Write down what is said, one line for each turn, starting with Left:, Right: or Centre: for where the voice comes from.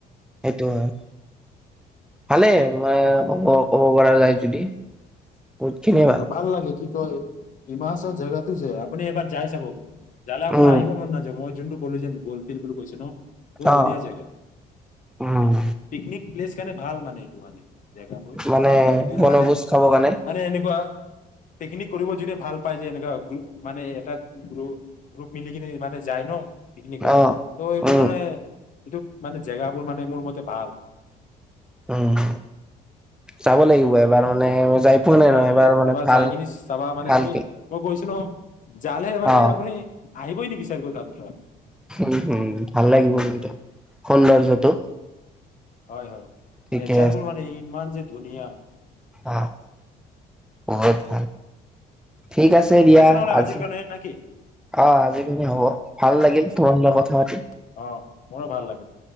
Centre: সেইটো হয় ভালেই ম কব ক'ব পৰা যায় যদি <inaudible> বহুত খিনিয়ে
Left: ম ভাল লাগে কি কয় হিমাচৰ জেগাত আপনি এবাৰ যায়ছাবৌ যালে আপোনাৰ
Centre: উম
Left: আহিব মন নাযাব মই যোনটো কলেজ গলফিল্ বুলি কৈছে ন বহুত ধুনীয়া
Centre: অ
Left: জেগা
Centre: উম
Left: পিকনিক প্লেচ খানে ভাল মানে এইটো মানে জেগাবোৰ
Centre: মানে
Left: যোনে
Centre: বনভোজ
Left: মানে
Centre: খাব কাৰণে
Left: মানে এনেকুৱা পিকনিক কৰিব যনে ভাল পায় যে এনেকুৱা গ মানে এটা গ গ্ৰুপ মিলি কিনি মানে যায় ন পিকনিকৰ
Centre: অ
Left: ত এইবোনে
Centre: উম
Left: এইটো মানে জেগাবোৰ মানে মোৰ মতে ভাল <inaudible>
Centre: উম চাব লাগিব এবাৰ মানে যাই পোৱা নাই
Left: হয়
Centre: নহয়
Left: হয়
Centre: মানে
Left: এবাৰ
Centre: ভাল
Left: যাই কিনি চাবা মানে
Centre: ভালকে
Left: তুমি মই কৈছিলো যালে মানে
Centre: অ',
Left: আপুনি আহিবই নি বিচাৰ ক তাত পৰা।
Centre: উম হম ভাল লাগিব কিন্তু সৌন্দৰ্যটো।
Left: হয় হয়
Centre: ঠিকে
Left: নেচাৰ বোৰ মানে ইমান যে- ধুনিয়া
Centre: আহ ব ভ ঠিক আছে দিয়া,
Left: নহ'লে
Centre: আজি
Left: আজিৰ কাৰণে নেকি
Centre: অ আজিখিনি হ'ব। ভাল লাগিল তোমাৰ লগত
Left: অ
Centre: কথা পাতি।
Left: অ মোৰো ভাল লাগিল।